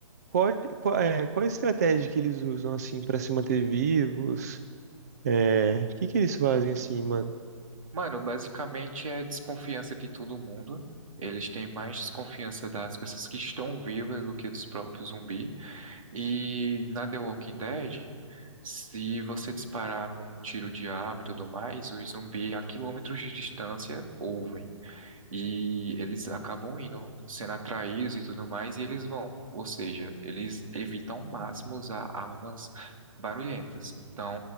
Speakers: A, on the right; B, on the right.
A: qual, qual, é, qual a estratégia que eles usam, assim, pra se manter vivos? É, o que que eles fazem, assim, mano?
B: Mano, basicamente é desconfiança de todo mundo. Eles têm mais desconfiança das pessoas que estão vivas do que dos próprios zumbi. E na The Walking Dead, se você disparar com um tiro de arma e tudo mais, os zumbi a quilômetros de distância ouvem. E eles acabam indo, sendo atraídos e tudo mais, e eles vão. Ou seja, eles evitam ao máximo usar armas barulhentas. Então,